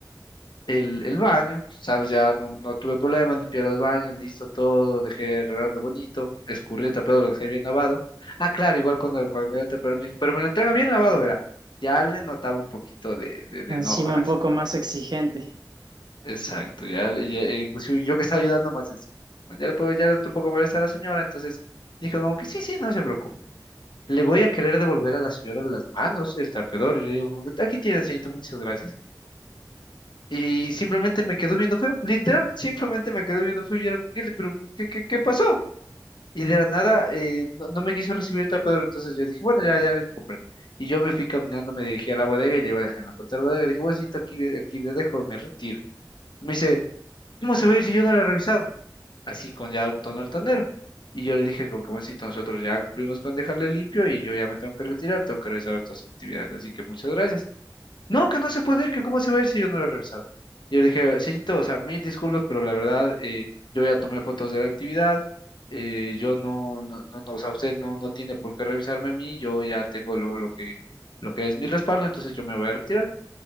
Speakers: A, on the left; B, on the right.
A: el, el baño, ¿sabes? Ya no, no tuve problemas, limpié los baños, listo todo, dejé arreglando bonito, escurrí el trapeado, lo dejé bien lavado. Ah, claro, igual cuando, cuando me dio el trapeador me dijo, pero me lo entrega bien lavado, verá. Ya le notaba un poquito de, de, de
B: Encima
A: enojo a la
B: un poco
A: señora.
B: más exigente.
A: Exacto, ya, le- ya, eh, inclusive yo que estaba ayudando más encima. Ya le puedo, ya le estoy un poco molesta a la señora, entonces dije como que sí, sí, no se preocupe. Le voy a querer devolver a la señora las manos, el trapeador, y le digo, como que, aquí tiene, señorito, muchas gracias. Y simplemente me quedó viendo feo, literal, simplemente me quedó viendo feo y era, "Kelly, pero ¿qué, qué, qué pasó? Y de la nada eh, no, no me quiso recibir el tapadero, entonces yo dije, bueno, ya, ya le comprendo. Y yo me fui caminando, me dirigí a la bodega y le iba a dejar en la puerta de la bodega. Dije, bueno, señorita, aquí, le- aquí le dejo, me retiro. Me dice, ¿cómo se va a ir si yo no lo he revisado? Así con ya un tono altanero. Y yo le dije, como que bueno, señorita, nosotros ya cumplimos con dejarle limpio y yo ya me tengo que retirar, tengo que realizar otras actividades. Así que muchas gracias. No, que no se puede ir, que cómo se va a ir si yo no lo he revisado. Y yo le dije, señorito, o sea, mil disculpas, pero la verdad, eh, yo ya tomé fotos de la actividad, eh, yo no, no, no, no, o sea, usted no, no tiene por qué revisarme a mí, yo ya tengo lo, lo que, lo que es mi respaldo, entonces yo me voy a retirar.